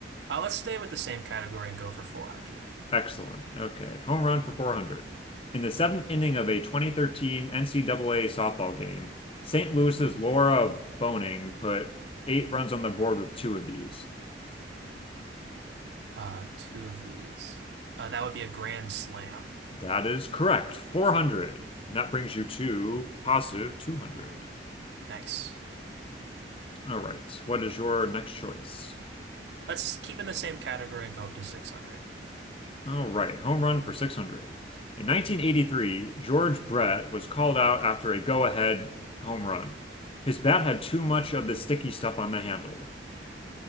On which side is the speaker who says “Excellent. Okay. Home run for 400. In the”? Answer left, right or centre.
Left